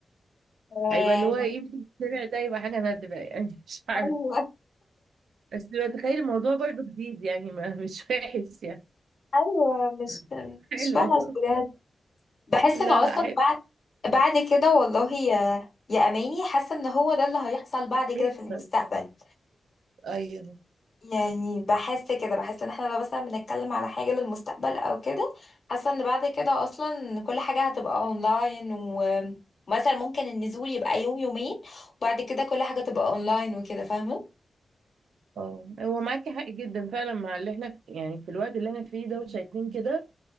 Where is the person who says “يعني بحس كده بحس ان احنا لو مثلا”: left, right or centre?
Left